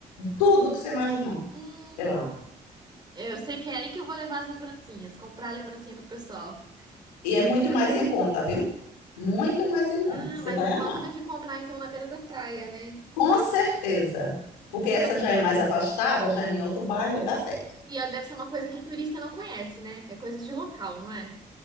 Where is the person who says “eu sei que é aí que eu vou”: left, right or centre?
Right